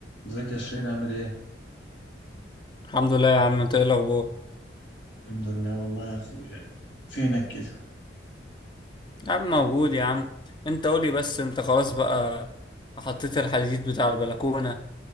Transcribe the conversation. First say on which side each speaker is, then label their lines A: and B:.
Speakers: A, on the left; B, on the left.
A: ازيك يا شيرين عامل ايه؟
B: الحمد لله يا عم انت ايه الاخبار
A: الحمد لله والله يا اخويا فينك كده؟
B: يا عم موجود يا عم انت قولي بس انت خلاص بقى حطيت الحديد بتاع البلكونة